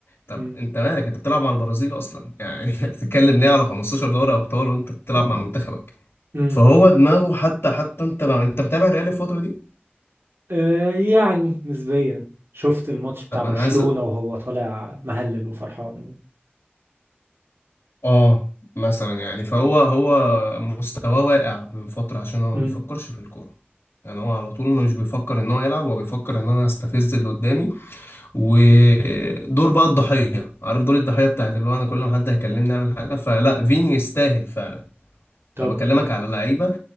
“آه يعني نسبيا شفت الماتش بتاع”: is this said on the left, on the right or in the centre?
Right